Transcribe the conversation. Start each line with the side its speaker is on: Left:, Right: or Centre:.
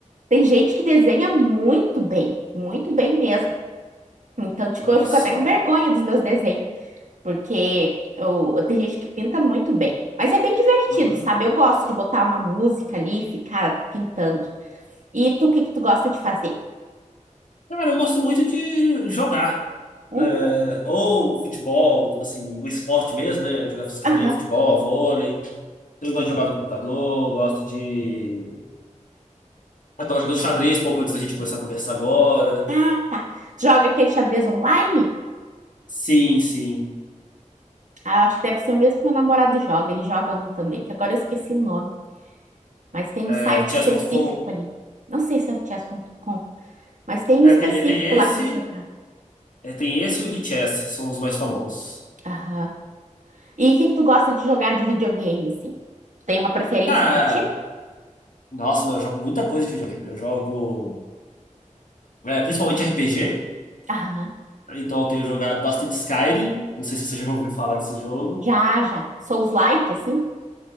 Right: tem gente que desenha muito bem, muito bem mesmo. Então, tipo,
Left: Olha
Right: eu fico
Left: só.
Right: até com vergonha dos meus desenhos. Porque eu, tem gente que pinta muito bem. Mas é bem divertido,
Left: Uhum.
Right: sabe? Eu gosto de botar uma música ali e ficar pintando. E tu, o que que tu gosta de fazer?
Left: Cara, eu gosto muito de jogar.
Right: Uhum.
Left: né? Ou futebol, tipo assim, o esporte mesmo, né? Jogar fisicamente,
Right: Aham.
Left: futebol, vôlei. Eu gosto de jogar no computador, gosto de. Eu tava jogando xadrez pouco antes da gente começar a conversar agora.
Right: Ah, tá. Joga aquele xadrez online?
Left: Sim, sim.
Right: Ah, eu acho que deve ser o mesmo que meu namorado joga. Ele joga um também, que agora eu esqueci o nome. Mas tem
Left: É,
Right: um site
Left: o chess.com.
Right: específico ali. Não sei se é o chess.com, mas tem
Left: É,
Right: um específico
Left: tem tem
Right: lá
Left: esse.
Right: que ele jogava.
Left: É, tem esse e o Lee Chess, são os mais famosos.
Right: Aham. E o que que tu gosta de jogar de videogame, assim? Tem uma preferência
Left: Ah,
Right: por tipo?
Left: nossa, não, eu jogo muita coisa de videogame. Eu jogo, é, principalmente RPG,
Right: Aham.
Left: então eu tenho jogado bastante Skyrim. Não sei se você <laughs> já ouviu falar desse jogo.
Right: Já, já. Souls-like, assim?